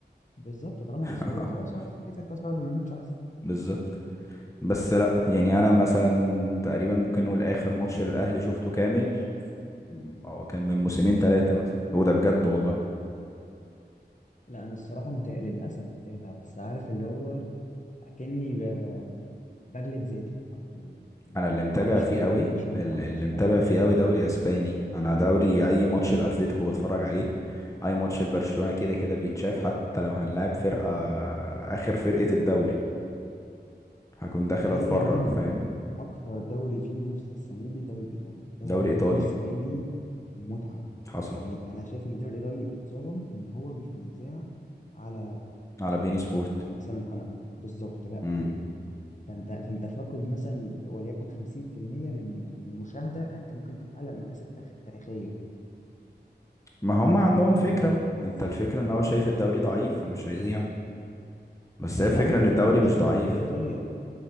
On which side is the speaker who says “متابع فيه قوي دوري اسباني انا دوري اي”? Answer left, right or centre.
Left